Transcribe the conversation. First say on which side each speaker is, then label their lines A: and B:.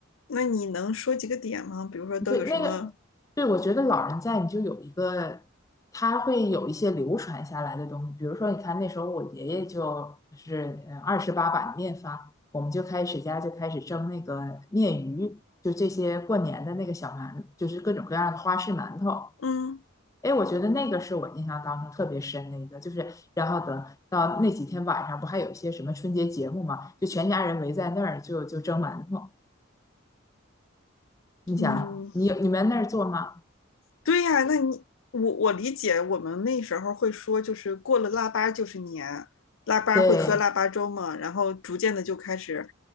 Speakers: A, on the left; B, on the left.
A: 那你能说几个点吗？比如说都有什么？
B: 对，那个，对，我觉得老人在，你就有一个，他会有一些流传下来的东西。比如说，你看那时候我爷爷就是呃二十八把面发，我们就开始家就开始蒸那个面鱼，就这些过年的那个小馒，就是各种各样的花式馒头。
A: 嗯
B: 哎，我觉得那个是我印象当中特别深的一个，就是然后等到那几天晚上，不还有一些什么春节节目嘛，就全家人围在那儿就就蒸馒头。你想，
A: 嗯，
B: 你你们那儿做吗？
A: 对呀，啊那你我我理解，我们那时候会说，就是过了腊八就是年，腊八会喝腊八粥嘛，
B: 对，
A: 然后逐渐的就开始，